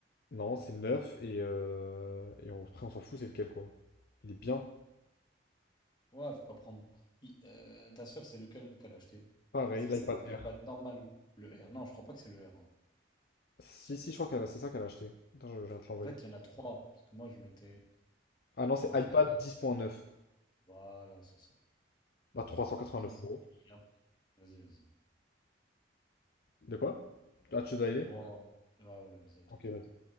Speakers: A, on the left (about 55°); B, on the left (about 25°).
A: Non, c'est neuf et, euh, et on- après on s'en fout, c'est lequel quoi. Il est bien.
B: Ouais, faut pas prendre. Il- euh, ta sœur, c'est lequel qu'elle a acheté?
A: Pareil,
B: C'est
A: Ça
B: le
A: l'iPad va.
B: iPad
A: Air.
B: normal. Le R. Non, je crois pas que c'est le R. hein.
A: Si, si, je crois que c'est ça qu'elle a acheté. Attends, je, je viens de te l'envoyer.
B: En fait, il y en a trois. Parce que moi, je m'étais.
A: Ah non, c'est
B: Enfin,
A: Euh, iPad
B: bon.
A: 10.9.
B: Voilà, c'est ça.
A: Bah 389 euros.
B: Donc là, c'est- il y a- Vas-y, vas-y.
A: De quoi? Ah, tu dois y aller?
B: Bon, ouais, ouais, vas-y, à tout.
A: Ok, vas-y.